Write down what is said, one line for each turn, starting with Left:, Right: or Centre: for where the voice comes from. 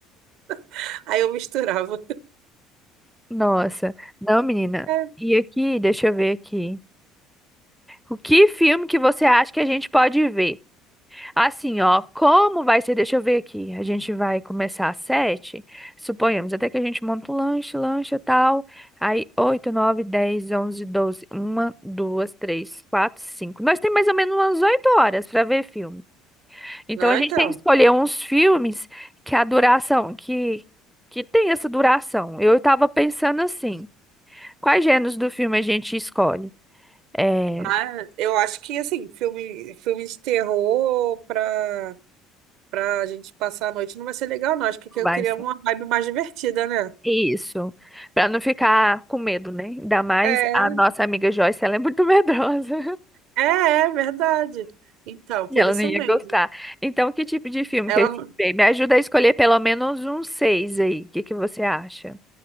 Right: <laughs> Aí eu misturava.
Centre: nossa. Não, menina.
Right: É. <laughs>
Centre: E aqui, deixa eu ver aqui. O que filme que você acha que a gente pode ver? Assim, ó, como vai ser? Deixa eu ver aqui. A gente vai começar às sete, suponhamos, até que a gente monta o lanche, lancha e tal. Aí, oito, nove, dez, onze, doze, uma, duas, três, quatro, cinco. Nós temos mais ou menos umas oito horas para ver filme. Então,
Right: Não,
Centre: a gente
Right: então.
Centre: tem que escolher uns filmes que a duração, que, que tem essa duração. Eu estava pensando assim, quais gêneros do filme a gente escolhe? É,
Right: Ah, eu acho que assim, filme, filme de terror pra, pra gente passar a noite não vai ser legal, não. Acho que eu
Centre: vai.
Right: queria uma vibe mais divertida, né?
Centre: Isso, para não ficar com medo, né? Ainda mais
Right: É,
Centre: a nossa amiga Joyce, ela é muito <laughs> medrosa
Right: é, é verdade. Então,
Centre: e
Right: por
Centre: ela
Right: isso
Centre: não ia
Right: mesmo.
Centre: gostar. Então, que tipo de filme
Right: Ela
Centre: que a gente
Right: não.
Centre: vê? Me ajuda a escolher pelo menos uns seis aí. O que que você acha?